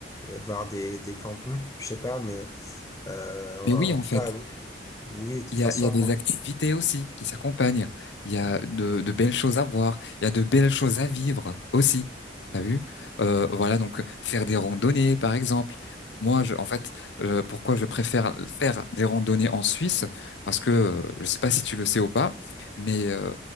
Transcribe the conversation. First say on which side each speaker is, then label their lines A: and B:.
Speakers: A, on the left; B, on the left.
A: euh, euh, voire des, des campings, je sais pas, mais euh, en
B: mais oui, en
A: tout
B: fait.
A: cas, oui, oui, de toute
B: Il
A: façon,
B: y a, il y a des activités aussi qui s'accompagnent. Il y a de, de belles choses à voir. Il y a de belles choses à vivre aussi. T'as vu? Euh, voilà, donc faire des randonnées, par exemple. Moi, je, en fait, euh, pourquoi je préfère faire des randonnées en Suisse? Parce que, euh, je sais pas si tu le sais ou pas, mais euh,